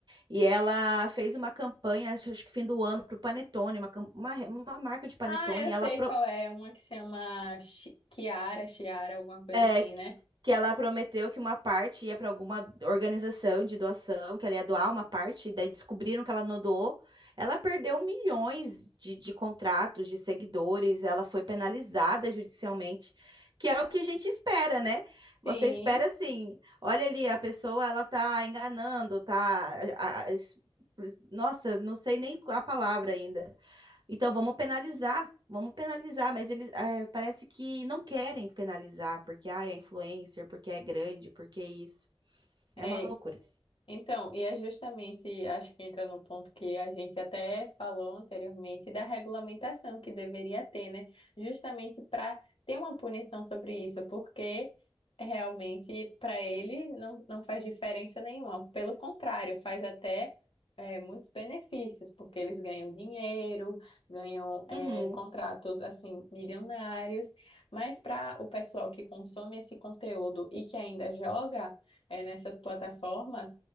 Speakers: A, on the right; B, on the left.
A: E ela fez uma campanha, acho acho que fim do ano, para o Panetone, uma, cam- uma, uma marca de Panetone,
B: Ah, eu
A: e ela
B: sei qual é, uma que chama Chi- Chiara, Chiara, alguma coisa
A: é,
B: assim, né?
A: que ela prometeu que uma parte ia para alguma organização de doação, que ela ia doar uma parte, daí descobriram que ela não doou. Ela perdeu milhões de, de contratos, de seguidores, ela foi penalizada judicialmente, que é o que a gente espera, né? Você
B: Sim,
A: espera assim, olha ali, a pessoa ela tá enganando, tá. a- a- es- nossa, não sei nem a palavra ainda. Então vamos penalizar, vamos penalizar, mas eles eh, parece que não querem penalizar, porque ah, é influencer, porque é grande, porque é isso. É
B: é,
A: uma loucura.
B: Então, e é justamente, acho que entra no ponto que a gente até falou anteriormente, da regulamentação que deveria ter, né? Justamente para ter uma punição sobre isso, porque realmente para ele não, não faz diferença nenhuma. Pelo contrário, faz até eh, muitos benefícios, porque eles ganham dinheiro, ganham eh,
A: Uhum,
B: contratos assim milionários, mas para o pessoal que consome esse conteúdo e que ainda joga eh, nessas plataformas